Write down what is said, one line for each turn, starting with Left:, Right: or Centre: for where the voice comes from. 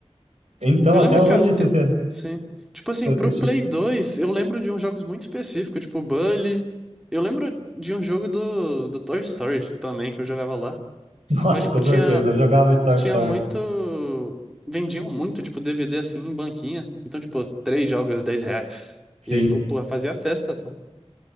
Right: Então,
Centre: Eu
Right: até
Centre: lembro,
Right: hoje,
Centre: cara.
Right: se
Centre: te-
Right: você se
Centre: Sim. Tipo assim,
Right: eu assistir.
Centre: pro Play 2, eu lembro de uns jogos muito específicos, tipo Bully. Eu lembro de um jogo do, do Toy Story também, que eu jogava lá.
Right: <laughs> Nossa,
Centre: Mas, tipo,
Right: com certeza,
Centre: tinha,
Right: eu jogava de Toy
Centre: tinha
Right: Story.
Centre: muito. Vendiam muito, tipo, DVD assim em banquinha. Então, tipo, três jogos, 10 reais. E
Right: Sim,
Centre: aí, tipo, porra, fazia festa, pô.